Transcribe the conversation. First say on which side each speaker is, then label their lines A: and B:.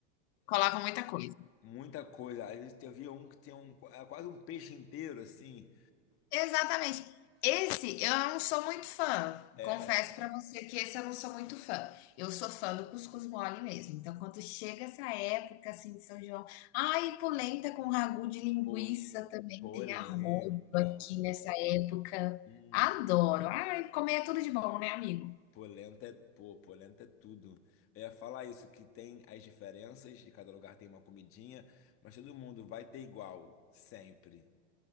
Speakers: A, on the left (about 60°); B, on the left (about 35°).
A: colocam muita coisa.
B: Muita coisa. Às vezes eu via um que tinha um, é quase um peixe inteiro, assim.
A: Exatamente. Esse eu não sou muito fã,
B: É,
A: confesso pra você que esse eu não sou muito fã. Eu sou fã do cuscuz mole mesmo, então quando chega essa época, assim, de São João ai, polenta com ragu de linguiça
B: po,
A: também,
B: polenta.
A: tem arroz aqui nessa época.
B: Hum,
A: Adoro. Ai, comer é tudo de bom, né, amigo?
B: polenta é, pô, polenta é tudo. Eu ia falar isso, que tem as diferenças, de cada lugar tem uma comidinha, mas todo mundo vai ter igual, sempre.